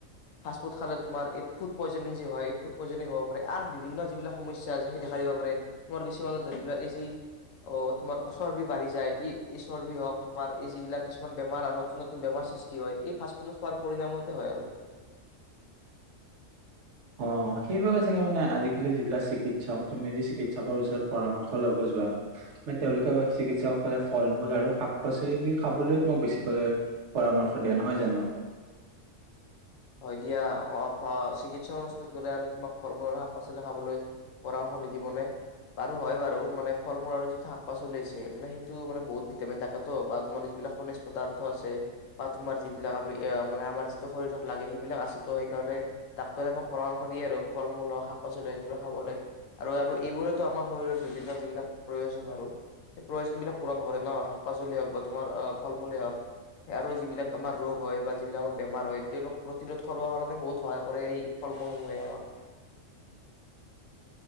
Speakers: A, on the left; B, on the right.
A: ফাষ্ট ফুড খালে তোমাৰ এই ফুড পইজনিং যি হয়, ফুড পইজনিং হ'ব পাৰে আৰু বিভিন্ন যিবিলাক, সমস্যা যে সি দেখা দিব পাৰে। তোমাৰ কিছুমানে ধৰি লোৱা এই যি আহ তোমাৰ চৰ্বি বাঢ়ি যায় ই এই চৰ্বি হওক তোমাৰ এই যিবিলাক কিছুমান বেমাৰ আৰু নতুন নতুন বেমাৰ সৃষ্টি হয়। এই ফাষ্টফুড খোৱাৰ পৰিণামতে হয় আৰু।
B: অ সেইবাবে চাগে মানে আজিকালি যিবিলাক চিকিৎসক তুমি যদি চিকিৎসকৰ ওচৰত পৰামৰ্শ লব যোৱা। ম‌ই তেওঁলোকে চিকিৎসক লে ফল মূল আৰু শাক, শাক পাচলি খাবলৈ তোমাক বেছিকলে পৰামৰ্শ দিয়ে নহয় জানো।
A: হয় দিয়া অ চিকিৎসকৰ ওচৰত গ'লে আৰু তোমাক ফল মূল আৰু শাক পাচলি খাবলৈ পৰামৰ্শ নিদিব নে, বাৰু হয় বাৰু মানে ফল মূল আৰু যিটো শাক পাচলি আছে মানে সেইটো মানে বহুত ভিটামিন থাকেতো বা তোমাৰ যিবিলাক খণিজ পদাৰ্থ আছে বা তোমাৰ যিবিলাক আমি মানে আমাৰ যিটো শৰীৰ, লাগে সেইবিলাক আছে তো সেইকাৰণে ডাক্তৰে আমাক পৰামৰ্শ দিয়ে আৰু ফল মূল হওঁক শাক পাচলি হওক এইবিলাক খাবলৈ আৰু এইবোৰেতো আমাৰ শৰীৰৰ বিভিন্ন যিবিলাক প্ৰয়োজন আৰু, সেই প্ৰয়োজনবিলাক পূৰণ কৰে ন শাক পাচলি হওক বা তোমাৰ ফল মূলেই হওঁক। আৰু যিবিলাক আমাৰ ৰোগ হয় বা যিবিলাক আমাৰ বেমাৰ হয় তেওঁলোক, প্ৰতিৰোধ কৰিব কাৰণে বহুত সহায় কৰে এই ফল মূল সমূহে আৰু।